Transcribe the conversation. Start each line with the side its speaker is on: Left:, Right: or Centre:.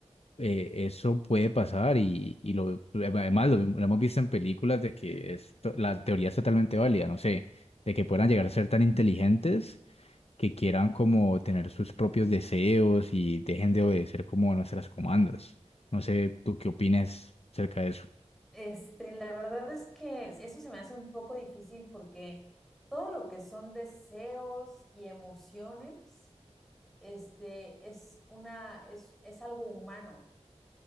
Left: eh, eso puede pasar y, y lo, además lo, lo hemos visto en películas de que esto- la teoría es totalmente válida, no sé, de que puedan llegar a ser tan inteligentes que quieran como tener sus propios deseos y dejen de obedecer como nuestras comandas. No sé, ¿tú qué opinas acerca de eso?
Centre: Este, la verdad es que eso se me hace un poco difícil porque todo lo que son deseos y emociones, este, es una, es, es algo humano.